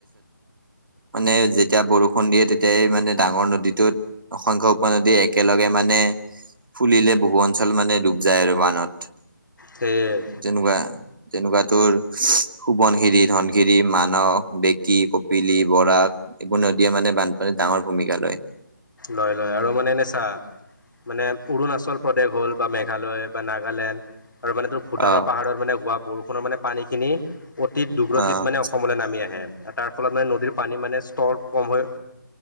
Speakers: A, on the right; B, on the left.
A: মানে যেতিয়া বৰষুণ দিয়ে তেতিয়াই মানে ডাঙৰ নদীটোত অসংখ্য উপনদী একেলগে মানে ফুলিলে বহু অঞ্চল মানে ডুব যায় আৰু বানত
B: সেইটোৱেই
A: যেনেকুৱা নেকুৱ তোৰ সোৱনশিৰি ধনশিৰি মানস বেকী কপিলি বৰাক ইবোৰ নদীয়ে মানে বানপানীত ডাঙৰ ভূমিকা দিয়ে
B: লয় লয় আৰু মানে এনে চা মানে অৰুণাচল প্ৰদেশ হ'ল বা মেঘালয় বা নাগালেণ্ড আৰু তো ভূটানৰ
A: অ',
B: পাহাৰত মানে হোৱা বৰষুণৰ মানে পানীখিনি অতি দুৰ্বতিত
A: অ',
B: মানে অসমলৈ নামি আহে তাৰ ফলত মানে নদীৰ পানী মানে ষ্টৰ কম হৈ